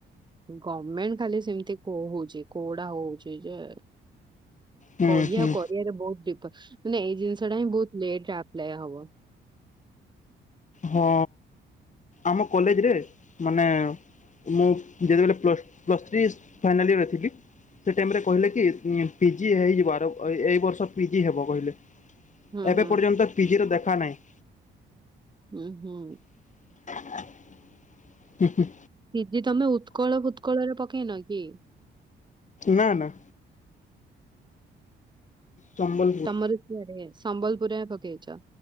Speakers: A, on the right; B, on the left.
A: ଗମେଣ୍ଟ ଖାଲି ସେମିତି କହୁଚି କୋଟା ହଉଚି ଯେ?
B: ହୁଁ
A: କହିଆ
B: ହୁଁ
A: ଆଉ କରିଆରେ ବହୁତ <unintelligible> ମାନେ ଏଇ ଜିନିଷ ଟା ହିଁ ବହୁତ ଲେଟରେ ଆପ୍ଲାଏ ହବ।
B: ହଁ ଆମ କଲେଜରେ ମାନେ ମୁଁ ଯେତେବେଲେ plus plus three final year ରେ ଥିଲି। ସେ ଟାଇମ ରେ କହିଲେ କି ଉଁ ପିଜି ହେଇଯିବ ଆର ଏଇ ବର୍ଷ ପିଜି ହେବ କହିଲେ।
A: ହୁଁ
B: ଏବେ
A: ହୁଁ
B: ପର୍ଯ୍ୟନ୍ତ ପିଜି ର ଦେଖା ନହିଁ।
A: ଉଁ ହୁଁ।
B: <inaudible> ହୁଁ-ହୁଁ।
A: ପିଜି ତମେ ଉତ୍କଳ ଫୁତ୍କଳ ରେ ପକେଇନ କି?
B: ନାଁ ନାଁ। ସମ୍ବଲପୁର
A: ତମର କ୍ଲିୟର ହୋଇଯାଇଚି ସମ୍ବଲପୁରରେ ପକେଇଚ?